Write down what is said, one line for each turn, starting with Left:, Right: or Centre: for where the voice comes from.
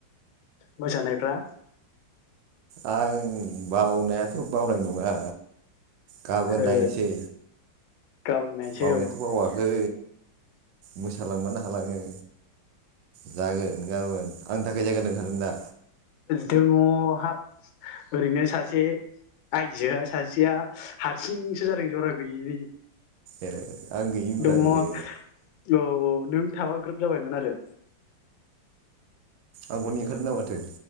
Left: मोसानायफ्रा?
Right: आं बावनायाथ' बावनाय नङा। गाबोन
Left: ओ
Right: नायसै।
Left: गाबोन नायनोसै
Right: बावनायाथ'
Left: औ
Right: बावाखै। मोसालांबानो हालाङो जागोन गाबोन आंनि थाखाय जायगा दोनखादों दा?
Left: दङ हाब ओरैनो सासे आइजोआ सासेया हारसिंसो जादों जरा गैयिनि।
Right: ए आं गैयिब्रा
Left: दङ
Right: बियो
Left: औ औ नों थाबा ग्रोब जाबायमोन आरो।
Right: आंखौ नेंखारदों दां माथो।